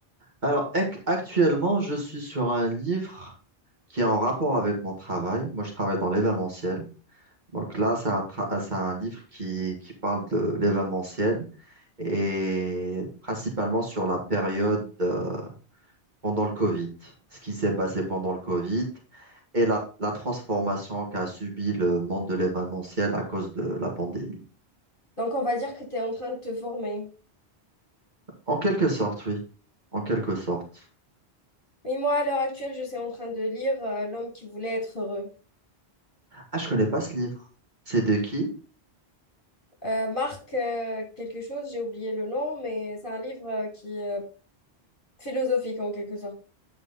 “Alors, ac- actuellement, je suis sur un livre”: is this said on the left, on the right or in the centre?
Right